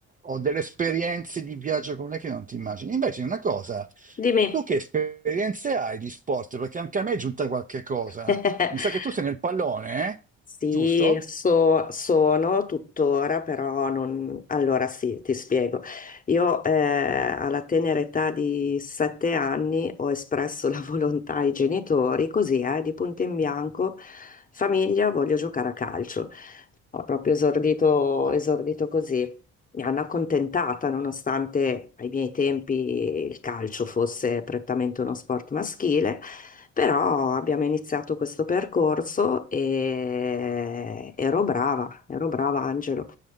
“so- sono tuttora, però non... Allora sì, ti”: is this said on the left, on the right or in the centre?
Left